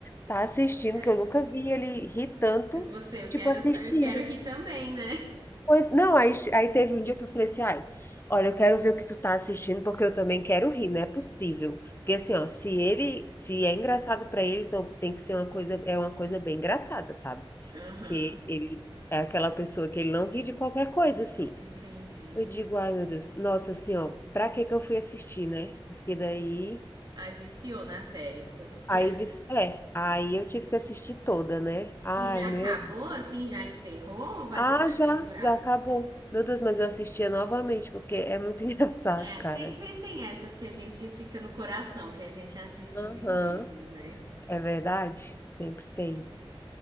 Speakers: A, on the left; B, on the right.
A: tá assistindo
B: É,
A: que eu nunca vi ele rir tanto,
B: é você, eu
A: tipo,
B: quero,
A: assistindo.
B: sa- eu quero rir também, né?
A: Pois, não, aí, aí teve um dia que eu falei assim, ai, olha, eu quero ver o que tu tá assistindo, porque eu também quero rir, não é possível. Porque assim, ó, se ele, se é engraçado pra ele, então tem que ser uma coisa, é uma coisa bem engraçada, sabe?
B: Aham,
A: Que ele é aquela pessoa que ele não ri de qualquer coisa, assim.
B: entendi.
A: Eu digo, ai, meu Deus, nossa, assim, ó, pra que que eu fui assistir, né? Porque daí,
B: Aí viciou na série, ficou viciada.
A: aí, vici- é, aí eu tive que assistir toda, né? Ai,
B: E já
A: meu
B: acabou, assim, já encerrou ou vai
A: Ah,
B: ter mais
A: já,
B: temporada?
A: já acabou. Meu Deus, mas eu assistia novamente, porque é muito <laughs> engraçado,
B: É,
A: cara.
B: sempre tem essas que a gente fica no coração, que a gente assiste
A: Aham,
B: mil vezes, né?
A: é verdade? Sempre tem.